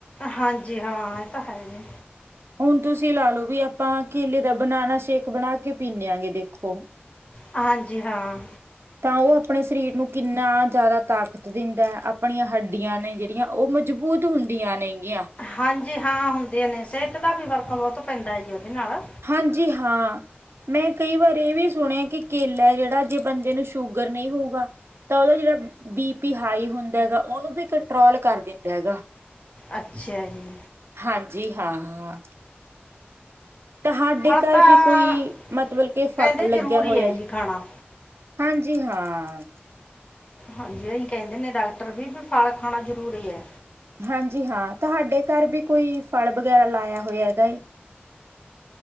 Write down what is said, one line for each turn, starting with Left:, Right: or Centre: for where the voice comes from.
Left: ਹਾਂਜੀ ਹਾਂ, ਇਹ ਤਾਂ ਹੈ ਈ ਐ।
Right: ਹੁਣ ਤੁਸੀਂ ਲਾ ਲਓ ਵੀ ਆਪਾਂ ਕੇਲੇ ਦਾ ਬਨਾਨਾ ਸ਼ੇਕ ਬਣਾ ਕੇ ਪੀਂਨੇ ਐਗੇ ਦੇਖੋ
Left: ਹਾਂਜੀ ਹਾਂ।
Right: ਤਾਂ ਉਹ ਆਪਣੇ ਸਰੀਰ ਨੂੰ ਕਿੰਨਾ ਜ਼ਿਆਦਾ ਤਾਕਤ ਦਿੰਦਾ, ਆਪਣੀਆਂ ਹੱਡੀਆਂ ਨੇ ਜਿਹੜੀਆਂ ਉਹ ਮਜ਼ਬੂਤ ਹੁੰਦੀਆਂ ਨੇਗੀਆਂ।
Left: ਹਾਂਜੀ ਹਾਂ, ਹੁੰਦੀਆਂ ਨੇ ਸਿਹਤ ਦਾ ਵੀ ਫਰਕ ਬਹੁਤ ਪੈਂਦਾ ਜੀ, ਉਹਦੇ ਨਾਲ
Right: ਹਾਂਜੀ ਹਾਂ। ਮੈਂ ਕਈ ਵਾਰ ਇਹ ਵੀ ਸੁਣਿਆ ਕਿ ਕੇਲਾ ਜਿਹੜਾ ਜੇ ਬੰਦੇ ਨੂੰ ਸ਼ੂਗਰ ਨਹੀਂ ਹੋਊਗਾ ਤਾਂ ਉਹਦਾ ਜਿਹੜਾ ਬੀ ਪੀ ਹਾਈ ਹੁੰਦਾ ਹੈਗਾ, ਉਹਨੂੰ ਵੀ ਕੰਟਰੋਲ ਕਰ ਦਿੰਦਾ ਹੈਗਾ।
Left: ਅੱਛਾ ਜੀ।
Right: ਹਾਂਜੀ ਹਾਂ-ਹਾਂ। ਤੁਹਾਡੇ
Left: ਫਲ
Right: ਘਰ
Left: ਤਾਂ
Right: ਵੀ ਕੋਈ, ਮਤਲਬ ਕੇ ਫਾਲ
Left: ਕਹਿੰਦੇ ਜ਼ਰੂਰੀ
Right: ਲੱਗਿਆ ਹੋਇਆ?
Left: ਹੈ ਜੀ ਖਾਣਾ
Right: ਹਾਂਜੀ ਹਾਂ।
Left: ਹਾਂਜੀ, ਏਹੀ ਕਹਿੰਦੇ ਨੇ ਡਾਕਟਰ ਵੀ-ਵੀ ਫਲ ਖਾਣਾ ਜ਼ਰੂਰੀ ਐ।
Right: ਹਾਂਜੀ ਹਾਂ, ਤੁਹਾਡੇ ਘਰ ਵੀ ਕੋਈ ਫਲ ਵਗੈਰਾ ਲਾਇਆ ਹੋਇਆ ਹੈਗਾ ਏ।